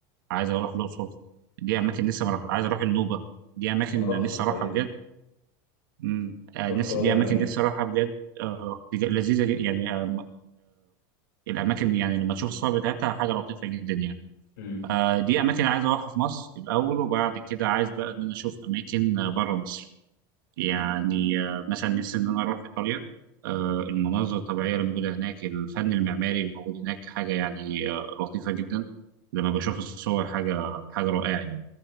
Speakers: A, on the right (about 80°); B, on the left (about 80°).
A: عايز اروح الاقصر دي
B: مم.
A: اماكن لسه ما رحت عايز اروح النوبه دي اماكن
B: انا رحت
A: لسه
B: الفيوم
A: اروحها بجد مم. آه
B: رحت
A: نفسي-
B: وادي
A: دي
B: الريان
A: اماكن لسه اروحها بجد آه دي ج- لذيذه جدا يعني آه الاماكن يعني لما تشوف الصور بتاعتها حاجه لطيفه جدا يعني
B: مم.
A: آه، دي اماكن عايز اروحها في مصر الاول وبعد كده عايز بقى ان انا اشوف اماكن آه، بره مصر يعني آه، مثلا نفسي ان انا اروح ايطاليا آه، المناظر الطبيعيه اللي موجوده هناك الفن المعماري اللي موجود هناك حاجه يعني آه، لطيفه جدا لما بشوف الصور حاجه حاجه رائعه يعني